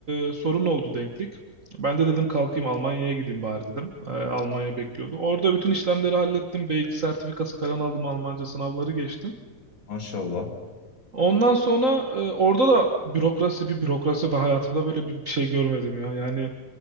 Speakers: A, on the right; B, on the left.
A: ee, sorun oldu denklik. Ben de dedim kalkayım Almanya'ya gideyim bari dedim. Ee, Almanya bekliyordu.
B: Hı hı.
A: Orada bütün işlemleri hallettim. B2 sertifikası falan aldım. Almanca sınavları geçtim.
B: maşallah.
A: Ondan sonra e, orada da bürokrasi bir bürokrasi ve hayatımda böyle bir, bir şey görmedim ya. Yani